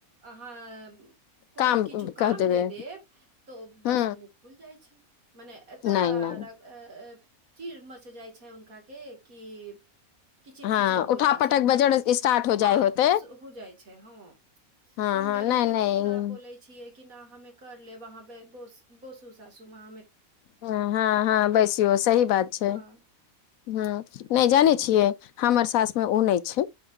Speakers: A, on the right; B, on the left.
A: अहाँ कोनो
B: काम
A: किछु काम
B: कह देबै
A: दे देब तऽ बस
B: हू
A: मु फुल जाइ छै मने एतय
B: नहि नहि
A: चीर मच जाइ छै हुनका के कि किचिर
B: हँ
A: किचिर हो
B: उठा
A: जाइ
B: पटक
A: छै घर
B: बजट स्टार्ट हो
A: हँ
B: जाइ होते
A: हो जाइ छै हँ तहम
B: हँ हँ
A: डरे
B: नहि
A: किछु
B: नहि
A: ना बोली छियै कि नहि हमे कर लेब अहाँ बसु सासु मां
B: हँ हँ बैसियौ सही बात छै
A: हँ
B: ह नहि जानै छियै हमर सासमा ओ नहि छै